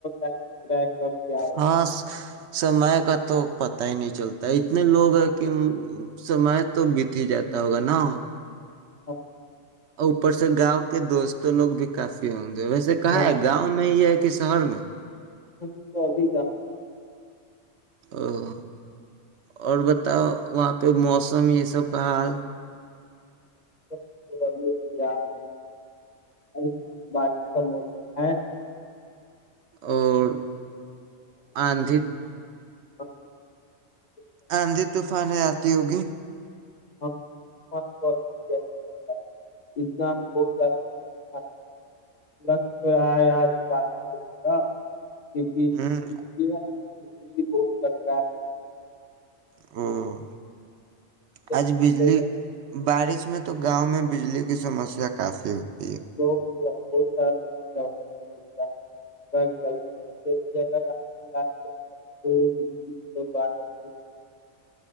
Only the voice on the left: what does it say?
ائم د رہ ہے <inaudible> ہو
رہا ہے
ہاں
<inaudible>
ہاں
ہم توب بھی گاؤں میں <inaudible>
<inaudible> اب بارش کا موسم <inaudible> ہے
ہاں جی <inaudible>
ہاں تو بھی ہے بت اتنا بہت زیادہ آے کی کھانا ہے لگ تو ہے آج بارش ہوگا <inaudible> کیونکہ
بجلی ہے نا بھی بہت کٹا <inaudible>
ہاں،
اسی
کی وجہ
با <inaudible> بہت سارا سمسیا ہوتا ہے بجلی کا اگر گرمی سے بھی اگر آندھی آئیب تو بجلی تو آئے ہیی <inaudible>